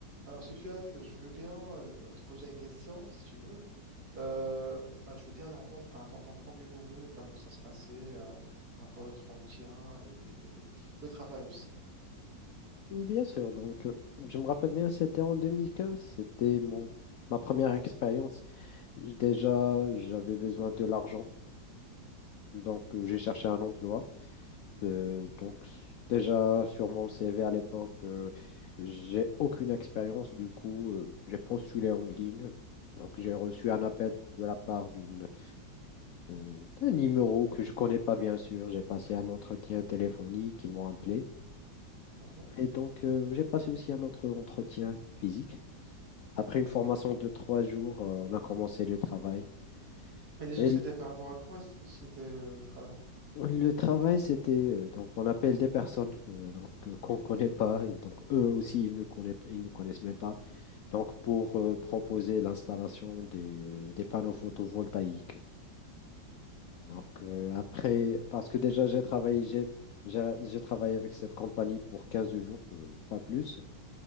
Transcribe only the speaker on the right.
Alors, Sofiane, je veux bien euh, te poser une question, si tu veux. Euh, bah, je veux bien entendre par rapport à ton premier boulot, comment ça se passait, euh, par rapport à l'entretien et et le travail aussi.
Mhm.
Mais déjà,
c'était
par rapport à quoi c- c'était euh, le travail?